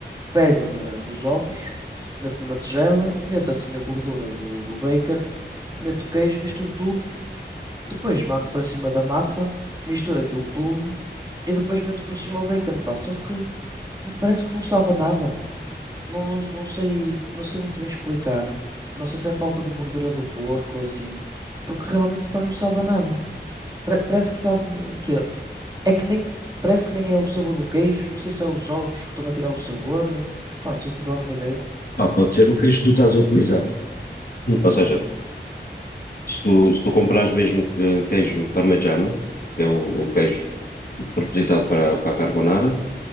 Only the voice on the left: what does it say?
Ah, pode ser o queijo que tu estás a utilizar. Ou seja, Se tu, se tu comprares mesmo eh, queijo parmegiano, que é o,
o queijo propositado para, para a carbonara,